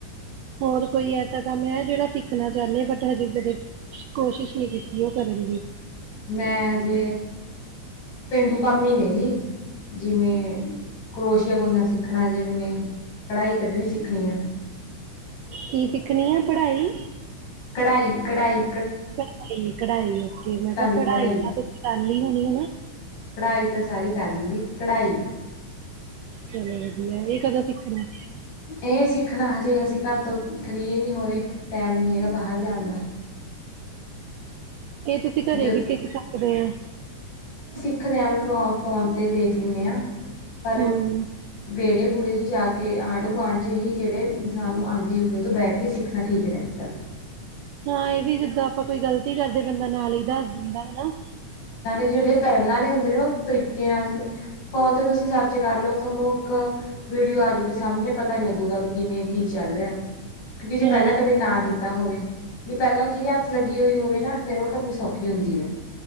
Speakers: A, on the right (about 80°); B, on the left (about 85°).
A: ਹੋਰ ਕੋਈ ਐਸਾ ਕੰਮ ਹੈ ਜਿਹੜਾ ਸਿੱਖਣਾ ਚਾਹਣੇ ਬਟ ਹਜੇ ਕਦੇ ਕੋਸ਼ਿਸ਼ ਨਹੀਂ ਕੀਤੀ ਉਹ ਕਰਨ ਦੀ
B: ਮੈਂ ਹਜੇ ਪੇਂਡੂ ਕੰਮ ਹੀ ਨੇ ਜੀ ਜਿਵੇਂ ਕਰੋਸ਼ੀਆ ਬੁਣਨਾ ਸਿੱਖਣਾ ਜੇ ਮੈਨੇ ਕਢਾਈ ਕੱਢਣੀ ਸਿੱਖਣੀ ਆ।
A: ਕੀ ਸਿਖਣੀ ਆ ਪੜ੍ਹਾਈ?
B: ਕਢਾਈ ਕਢਾਈ।
A: ਕਢਾਈ ਕਢਾਈ ਓਕੇ ਮੈਂ ਕਿਹਾ
B: ਦੀ
A: ਪੜਾਈ
B: ਕੜਾਈ
A: ਤਾਂ ਤੁਸੀਂ ਕਰ ਲੀ ਹੋਣੀ ਹਨਾ।
B: ਪੜ੍ਹਾਈ ਤਾਂ ਸਾਰੀ ਕਰ ਲਈ ਜੀ ਕਢਾਈ
A: ਚਲੋ ਵਧੀਆ, ਇਹ ਕਦੋਂ ਸਿੱਖਣਾ?
B: ਇਹ ਸਿੱਖਣਾ ਹਜੇ ਅਸੀਂ ਘਰ ਤੋਂ ਫਰੀ ਈ ਨੀ ਹੋ ਰਹੇ, ਟਾਈਮ ਨੀ ਹੈਗਾ ਬਾਹਰ ਜਾਣ ਦਾ।
A: ਇਹ ਤੁਸੀਂ ਘਰੇ
B: ਜ
A: ਵੀ ਸਿੱਖ ਸਕਦੇ ਆਂ।
B: ਸਿਖਦੇ ਆ ਵੀ ਫੋਨ ਤੇ ਦੇਖ ਲੈਂਨੇ ਆ। ਪਰ
A: ਹਮ
B: ਵਿਹੜੇ ਬੂਹੜੇ ਚ ਜਾ ਕੇ ਕਿ ਆਂਢ-ਗੁਆਂਢ ਚ ਜੀ ਜਿਹੜੇ ਇਨਸਾਨ ਨੂੰ ਆਂਦੀ ਹੋਵੇ, ਉਹ ਤੋਂ ਬਹਿ ਕੇ ਸਿੱਖਣਾ ਠੀਕ ਰਹਿੰਦਾ।
A: ਹਾਂ, ਇਹ ਵੀ ਜਿੱਦਾਂ ਆਪਾਂ ਕੋਈ ਗਲਤੀ ਕਰਦੇ ਬੰਦਾ ਨਾਲ ਹੀ ਦੱਸ ਦਿੰਦਾ ਹਨਾ।
B: ਨਾਲੇ ਜਿਹੜੇ ਪਹਿਲਾਂ ਆਲੇ ਹੁੰਦੇ ਨੇ, ਉਹ ਤਰੀਕੇ ਨਾਲ ਫੋਨ ਤੇ ਤੁਸੀਂ ਸਰਚ ਕਰਲੋ ਤੁਹਾਨੂੰ ਇੱਕ ਵੀਡੀਓ ਆਜੂਗੀ ਸਾਹਮਣੇ ਪਤਾ ਨੀ ਲੱਗੂਗਾ ਵੀ ਕਿਵੇਂ ਕੀ ਚੱਲ ਰਿਹਾ। ਕਿਉਂਕਿ ਜੇ
A: ਹਾਂ
B: ਪਹਿਲਾਂ ਕਦੇ ਨਾ ਕੀਤ ਕੀਤਾ ਹੋਵੇ, ਜਿਹੜੀ ਪਹਿਲਾਂ ਚੀਜ਼ ਹੱਥ ਲੱਗੀ ਹੋਈ ਹੋਵੇ ਨਾ ਫੇਰ ਉਹ ਕਰਨੀ ਸੌਖੀ ਹੁੰਦੀ ਆ।